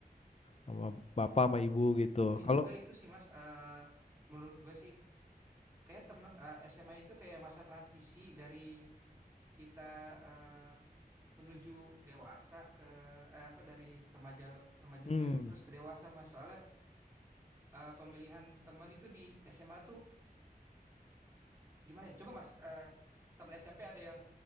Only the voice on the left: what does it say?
sama bapak sama ibu gitu
kalau
hmm